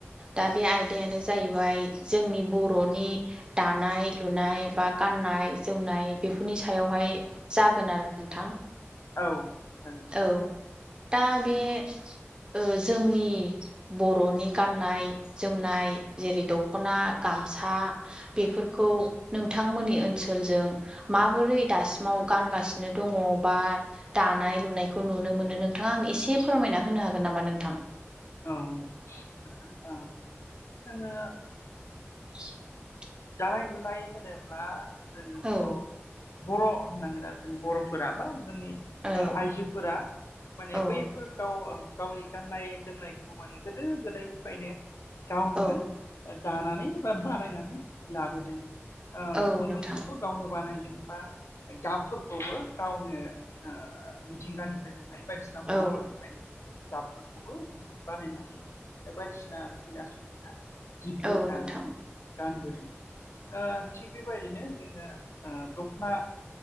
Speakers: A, on the right; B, on the left.
A: दा बे आयदायानो जाहैबाय जोंनि बर'नि दानाय लु लुनाय बा गाननाय जोमनाय बेफोरनि सायावहाय जागोन आरो नोंथां।
B: औ। जागोन
A: औ दा बे ओ जोंनि बर'नि गाननाय जोमनाय जेरै दख'ना, गाम सा बेफोरखौ नोंथांमोननि ओनसोलजों माबोरै दासिमाव गा गानगासिनो दङ बा दानाय लुनायखौ नुनो मोनो नोंथांआ आंनो एसे फोरमायना होनो हागोन नामा नोंथां?
B: औ नोंथां ओ जोङो
A: <inaudible>
B: दानाय लुनाय होनोब्ला जोङो
A: औ
B: बर' बर' होननांगोन आरो जों बर'फोरा बा जोंनि
A: औ
B: ओ आइजोफोरा माने
A: औ
B: बैफोर गाव ओ गावनि गाननाय जोमनायखौ माने गोदो गोदायनिफ्रायनो गावनो
A: औ
B: ओ दाना नै बा बानायनानै लाबोदों। ओ
A: औ
B: खुन्दुंखौबो
A: नोंथां
B: गावनो बानायदों। बा गाबफोरखौबो गावनो ओ मिथिंगानिफ्राय मोननाय बायदिसिना मुवाफोरनिफाय
A: औ
B: गाबफोरखौबो जोङो बानायनानै ए बायदिसिना रंगिना संगिना जिफोर
A: औ
B: दानानै
A: नोंथां
B: गानबो दों। ओ थिग बेबायदिनो जोङो ओ दखना।